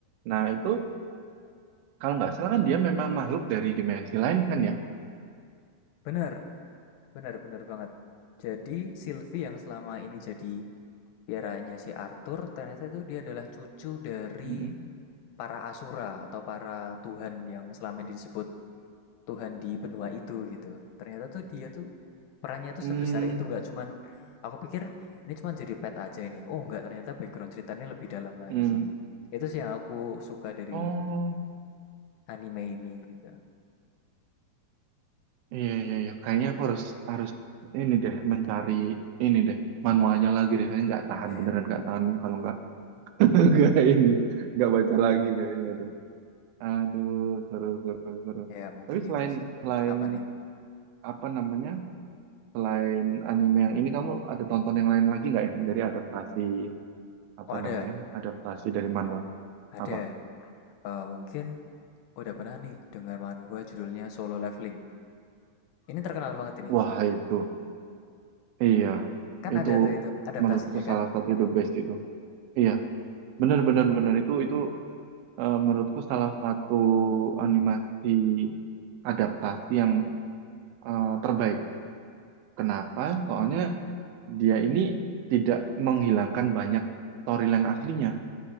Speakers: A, on the right; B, on the left.
A: Nah, itu kalau nggak salah kan dia memang makhluk dari dimensi lain kan ya?
B: Bener. Benar benar banget. Jadi Sylvie yang selama ini jadi piaranya si Arthur, ternyata itu dia adalah cucu dari
A: Mm-mm.
B: para asura atau para tuhan yang selama ini disebut Tuhan di benua itu gitu. Ternyata tuh dia tuh perannya tuh
A: Hmm.
B: sebesar itu nggak cuman aku pikir ini cuman jadi pet aja ini. Oh nggak ternyata background ceritanya lebih dalam lagi.
A: Hmm.
B: Itu sih yang aku suka dari
A: Oh.
B: anime ini gitu.
A: Iya, iya, iya. Kayaknya aku harus harus ini deh mencari ini deh manualnya lagi deh. Kayaknya nggak tahan
B: Ya,
A: beneran nggak tahan kalau nggak <laughs> nggak ini nggak baca lagi kayaknya
B: mm-mm.
A: tuh. Aduh, seru seru seru.
B: ya yeah, mungkin
A: Tapi selain
B: itu sih.
A: selain
B: Apa nih?
A: apa namanya selain anime yang ini kamu ada tonton yang lain lagi nggak yang dari adaptasi apa
B: Oh ada,
A: namanya adaptasi dari manual
B: ada.
A: apa?
B: Eh, mungkin udah pernah nih dengar manhwa judulnya Solo Leveling. Ini terkenal banget ini.
A: Wah itu iya
B: Kan
A: itu
B: ada tuh itu adaptasinya
A: menurutku
B: kan?
A: salah satu the best itu. Iya bener bener bener itu itu eh, menurutku salah satu animasi adaptasi yang eh, terbaik. Kenapa? Soalnya dia ini tidak menghilangkan banyak storyline aslinya,